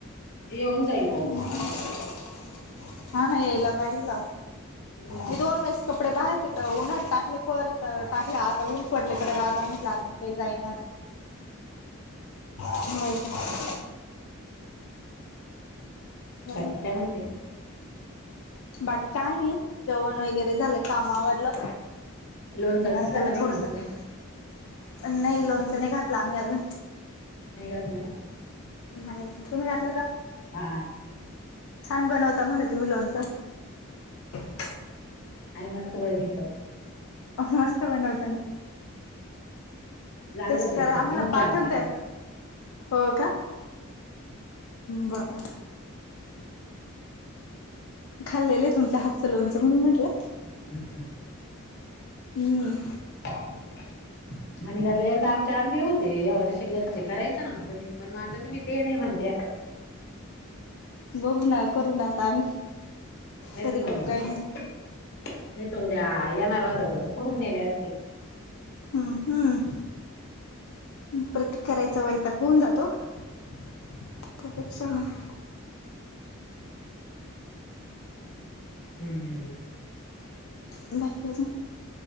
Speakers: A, on the left; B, on the left.
A: येऊन जाईल पाऊस.
B: हं हं हा हा ना यायला पाहिेजेवण लाव
A: हम्म.
B: मी दोन वेस क पर बाहेर तिकलं ऊन्हत टाकले परत टाकले आता ऊन पडले तर ग आता म्हटलं आता मी काही जाईणार <inaudible> व्हय काय अजून
A: बाकी काय म्हणते
B: बाकी काय नाही जेवण वगैरे झालं काम आवरलं
A: लोणचं
B: म्हटलं
A: घातलं
B: त्याला
A: का नाही
B: थोडस
A: मग तुम्ही
B: काय नही लोनचं नही घातलं आम्ही अजून
A: नाही घातलं
B: नाही तुम्ही घातलं का?
A: हा हा
B: छान बनवता म्हणे तुम्ही लोणचं <unintelligible>
A: हाय मस्त बरी आहे बाई
B: मस्त बनवता
A: लागलं
B: टेस्ट
A: तर
B: करायला
A: विकत
B: आम्हाला
A: घेऊन जा
B: पाठवून
A: आमच्याकडून
B: द्या हो का बर खाल्लेलं आहे तुमच्या हातचं लोणचं म्हणून म्हंटलं
A: हम्
B: हम्
A: हो आम्ही घातल्या यंदा आमचे आंबे होते या वर्ष घरचे करायचं ना मग तुम्ही पण मग आता तुम्ही ते नाही म्हणत्या <unintelligible>
B: बघू ना करू न आम्ही
A: नाही
B: कधी
A: तर मला
B: करू
A: नाही
B: काय माहित
A: तर उद्या येणार वाटत पुढून नेले असते
B: हम्म हम्म प्रतीक करायचं वयता होऊन जातो त्यापेक्षा मग
A: हम्म
B: <inaudible>